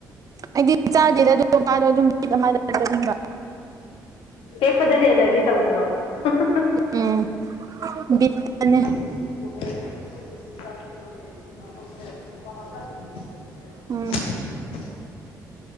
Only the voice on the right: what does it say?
ꯑꯩꯗꯤ ꯆꯥꯗꯦꯗ ꯑꯗꯨ ꯃꯄꯥꯗꯣ ꯑꯗꯨꯝ ꯕꯤꯠ ꯑꯃꯗ ꯆꯠꯅꯤꯡꯕ
ꯎꯝ ꯕꯤꯠꯇꯅꯦ
ꯎꯝ